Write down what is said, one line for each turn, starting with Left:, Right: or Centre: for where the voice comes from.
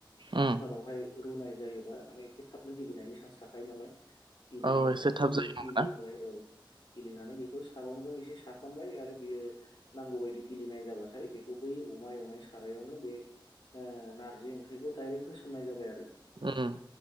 Right: उम
Left: कुकारावहाय रुनाय जायोबा माने एसे थाबनो गिलिनायनि चान्स थाखायो नालाय। गिलिहोबाय
Right: औ एसे
Left: आरो
Right: थाब
Left: बियो
Right: जायो नामा
Left: गिलिहोबाय औ गिलिनानै बेखौ सागंजों एसे साफामबाय आरो बियो नांगौ बायदि गिलिनाय जाबाथाय बेखौ बै अमा एवनाय सारायावनो बे ओ नारजि ओंख्रिखौ दडाइरेक्ट होसननाय जाबाय आरो।
Right: उम